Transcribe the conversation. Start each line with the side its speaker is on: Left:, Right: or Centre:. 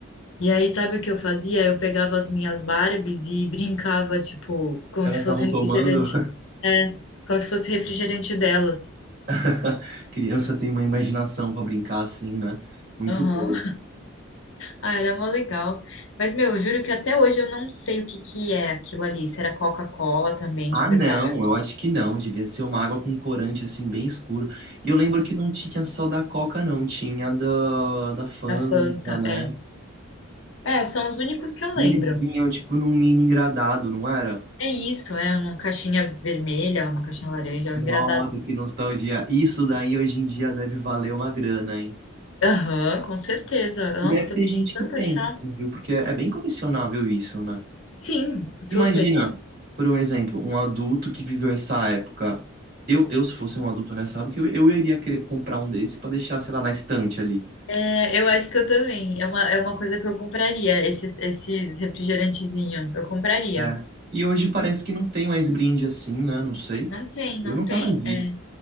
Left: E aí, sabe o que eu fazia? Eu pegava as minhas Barbies e brincava, tipo, como
Right: Que elas
Left: se fosse
Right: estavam
Left: refrigerante.
Right: tomando.
Left: É, como se fosse refrigerante delas.
Right: <laughs> Criança tem uma imaginação para brincar assim, né? Muito
Left: Aham.
Right: boa.
Left: Ah, era mó legal. Mas, meu, eu juro que até hoje eu não sei o que que é aquilo ali. Se era Coca-Cola também,
Right: Ah,
Left: de verdade.
Right: não, eu acho que não. Devia ser uma água com corante assim, bem escuro. E eu lembro
Left: Mas
Right: que não tinha só da Coca, não. Tinha da, da Fanta,
Left: da Fanta,
Right: né?
Left: é. É, são os únicos que eu
Right: E
Left: lembro.
Right: eles vinham, tipo, num mini engradado, não era?
Left: É isso, é uma caixinha vermelha, uma caixinha laranja,
Right: Nossa,
Left: um engradado.
Right: que nostalgia. Isso daí hoje em dia deve valer uma grana, hein?
Left: Aham, com certeza. Nossa,
Right: E deve ter
Left: eu queria
Right: gente
Left: tanto
Right: que tem,
Left: achar.
Right: sim, viu? Porque é bem colecionável isso, né?
Left: Sim, super.
Right: Imagina, por um exemplo, um adulto que viveu essa época. Eu, eu se fosse um adulto nessa época, eu, eu iria querer comprar um desse pra deixar, sei lá, na estante ali.
Left: É, eu acho que eu também. É uma, é uma coisa que eu compraria, esses, esses refrigerantezinhos. Eu compraria.
Right: É. E hoje parece que não tem mais brinde assim, né? Não sei.
Left: Não tem,
Right: Eu
Left: não
Right: nunca
Left: tem.
Right: mais vi.
Left: É.